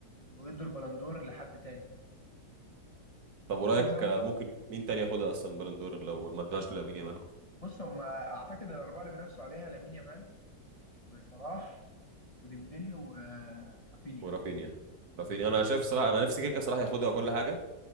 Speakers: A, on the left; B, on the right.
A: ويدوا البلندور لحد تاني
B: طب ورايك
A: افتكر صلاح
B: آه، ممكن مين تاني ياخدها اصلا بلندور لو ما ادوهاش لامين يامال
A: بص هم اعتقد الاربعه اللي بينافسوا عليها لامين يامال وصلاح وديمبلي ورافينيا
B: ورافينيا رافينيا انا شايف صراحه انا نفسي كيكا صراحه ياخدها وكل حاجه